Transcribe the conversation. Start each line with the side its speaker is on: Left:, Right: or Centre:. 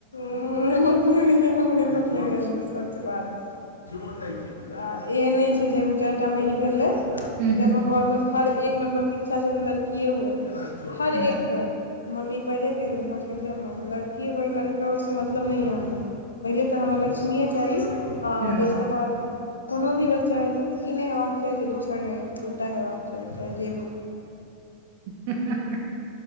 Left: <unintelligible> आ एहन नय छै जाहिमे चाइर टामे ई भेलै। ओय
Right: हूँ
Left: टाइम
Right: हूँ
Left: मे घर मऽ हर एक मेम्बर केँ इच्छा छलै लड़किए हुए हर
Right: हँ
Left: एक कऽ तऽ मम्मी पहिले कहि देलखिन। <unintelligible> सुतले मऽ लड़की होइ लड़का होइ ओइसँ मतलब नय यऽ हमरा पहिले तऽ हमरा लक्ष्मीए चाही। आ
Right: हँ
Left: दोसर बात कोनो भी बच्चा हेतै ई नय हेबाक चाही जे दोसर नय हेतै दू टा हेबाक चाही चाहे जे होय।
Right: हे हे हे